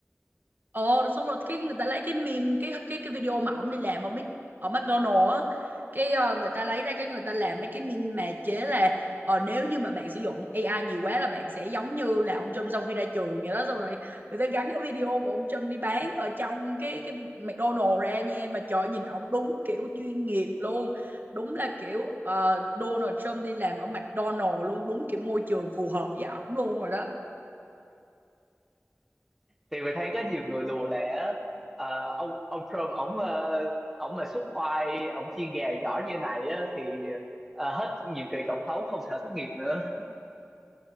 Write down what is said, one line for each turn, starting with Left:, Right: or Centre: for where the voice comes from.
Right: ờ rồi xong rồi cái người ta lấy cái meme cái cái cái video mà ổng đi làm ở Mc- ở McDonald's á cái ờ, người ta lấy ra cái người ta làm mấy cái meme mà chế là ờ, nếu như mà bạn sử dụng AI nhiều quá là bạn sẽ giống như là ông Trump sau khi ra trường vậy đó xong rồi người ta gắn cái video của ông Trump đi bán ở trong cái cái McDonald's ra nha mà trời ơi, nhìn ổng đúng kiểu chuyên nghiệp luôn đúng là kiểu ờ, Donald Trump đi làm ở McDonald's luôn đúng kiểu môi trường phù hợp với ổng luôn rồi đó
Centre: thì mình thấy có nhiều người đùa là ờ, ông ông Trump ổng ờ, ổng mà xúc khoai ổng chiên gà giỏi như này á, thì ờ, hết nhiệm kỳ tổng thống không sợ thất nghiệp nữa